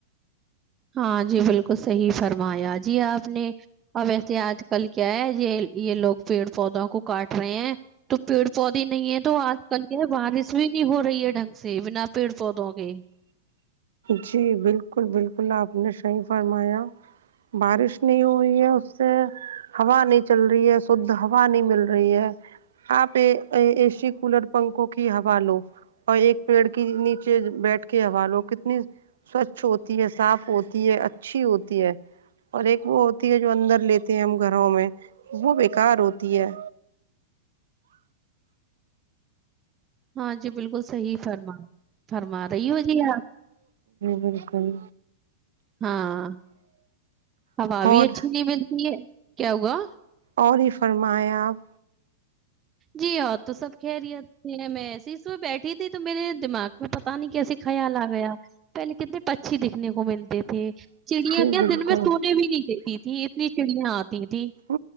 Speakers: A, on the right (about 25°); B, on the right (about 75°).
A: ہاں جی بالکل صحیح فرمایا جی آپ نے اب ویسے آج کل کیا ہے یہ یہ لوگ پیڑ پودوں کو کاٹ رہے ہیں تو پیڑ پودے نہیں ہے تو آج کل یہ بارش بھی ہو رہی ہے ڈھنگ سے بنا پیڑ پودوں کے
B: جی بالکل بالکل آپ نے صیح فرمایا بارش نہیں ہوئی ہے اس سے ہوا نہیں چل رہی ہے شھ ہوا نہیں مل رہی ہے آپ اے سی کولر پنکھوں کی ہوا لو اور ایک پیڑ کی نیچے بیٹھ کے ہوا لو کتنی سوچھ ہوتی ہے صاف ہوتی ہے اچھی ہوتی ہے اور ایک وہ ہوتی ہے جو اندر لیتے ہیں ہم گھروں میں وہ بیکار ہوتی ہے
A: ہاں جی بالکل صحیح فرما فرما رہی ہو جی آپ
B: بالکل
A: ہاں ہوا بھی
B: اور
A: اچھی نہیں ملتی ہے کیا ہوگا
B: اور ہی فرماائےیں آپ
A: جی ہاں تو سب کہہ رہ ہیں میں ایسیس میں بیٹھی تھی تو میرے دماغ میں پ پتا نہیں کیسے خیال آ گیا پہل کتنے پچھی دکھنے کو ملتے تھے چڑیاں
B: جی
A: کیا
B: بالکل
A: دن میں سونے بھی نہیں دیتی تھی اتنی چڑیاں آتی تھیں
B: ہ